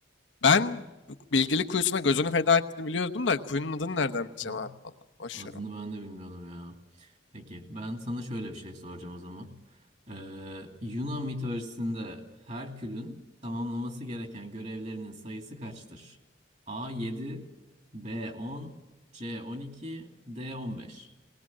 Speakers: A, on the left; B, on the right.
A: Ben bilgili kuyusuna gözünü feda ettiğini biliyordum da kuyunun adını nereden bileceğim
B: Hı.
A: abi valla. Boş
B: Adını
A: ver onu.
B: ben de bilmiyordum ya. Peki ben sana şöyle bir şey soracağım o zaman. Ee, Yunan mitolojisinde Herkül'ün tamamlaması gereken görevlerinin sayısı kaçtır? A 7, B 10, C 12, D 15.